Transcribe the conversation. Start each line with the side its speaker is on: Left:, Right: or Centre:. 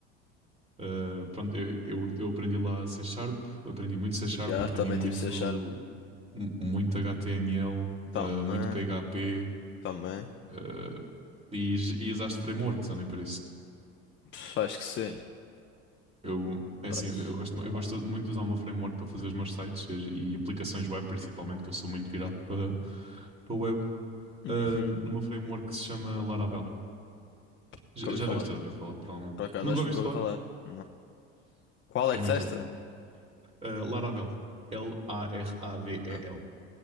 Right: Eh, pronto, eu, eu, eu aprendi lá C Sharp, aprendi muito C Sharp,
Left: Yeah,
Right: aprendi
Left: também
Right: muito,
Left: tive C Sharp.
Right: mu- muito HTML,
Left: Também,
Right: eh, muito PHP,
Left: também.
Right: eh, e, j- e usaste frameworks, ou nem para
Left: Pff, Acho que sim.
Right: Eu, é
Left: Paz.
Right: assim, eu gosto, eu gosto muito de usar o meu framework para fazer os meus sites e, e aplicações web, principalmente, que eu sou muito virado para, para web,
Left: Uhum.
Right: ah, no meu framework que se chama Laravel.
Left: Nunca
Right: Já,
Left: ouvi
Right: já
Left: falar.
Right: deves ter ouvido falar, provavelmente.
Left: Por acaso,
Right: Nunca
Left: acho
Right: ouviste
Left: que nunca ouvi
Right: falar?
Left: falar. Não. Qual é
Right: É
Left: que
Right: muito
Left: testa?
Right: útil. Ah, Laravel. L-A-R-A-V-E-L.
Left: Não,